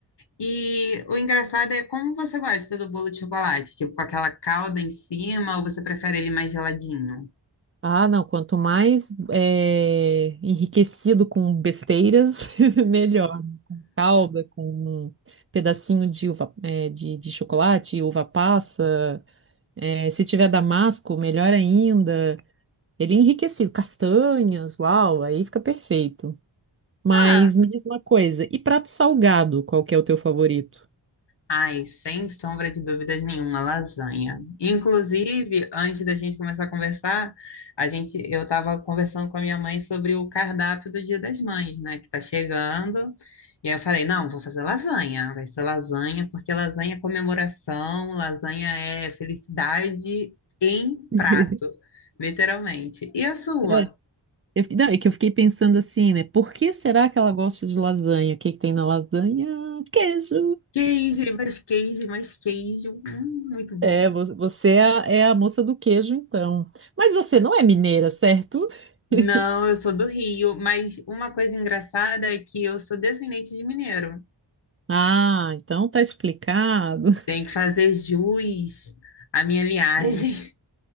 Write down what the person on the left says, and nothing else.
E o engraçado é como você gosta do bolo de chocolate, tipo com aquela calda em cima, ou você prefere ele mais geladinho?
Ah,
Ai, sem sombra de dúvidas nenhuma, lasanha. Inclusive, antes da gente começar a conversar, a gente, eu estava conversando com a minha mãe sobre o cardápio do Dia das Mães, né, que está chegando. E aí eu falei, não, vou fazer lasanha, vai ser lasanha, porque lasanha é comemoração, lasanha é felicidade em
prato, literalmente. E a sua?
Queijo, mais queijo, mais queijo, hum, muito bom.
Não,
eu sou do Rio, mas uma coisa engraçada é que eu sou descendente de mineiro.
Tem que fazer jus à minha linhagem.
<laughs>